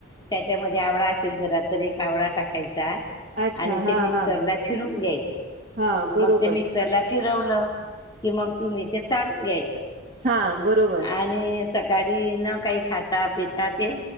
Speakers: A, on the left; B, on the right.
A: त्याच्यामध्ये आवड असेल घरात ज एक आवडा टाकायचा.
B: अच्छा
A: आणि ते
B: हा
A: मिक्सरला
B: हा
A: फिरून घ्यायचं
B: हा बरोबर
A: मग ते मिक्स त्याला फिरवलं की मग तुम्ही ते चाढून घ्यायचं.
B: हा बरोबर.
A: आणि सकाळी न काही खाता पिता ते